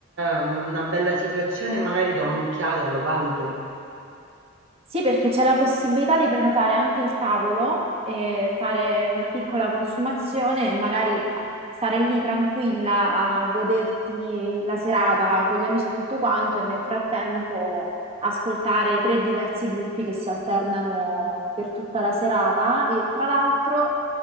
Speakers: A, on the right (about 65°); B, on the right (about 30°).
A: una bella situazione, magari do un'occhiata, lo valuto.
B: Sì, perché c'è la possibilità di prenotare anche il tavolo e fare una piccola consumazione e magari stare lì tranquilla a goderti la serata con gli amici e tutto quanto e nel frattempo ascoltare tre diversi gruppi che si alternano per tutta la serata e tra l'altro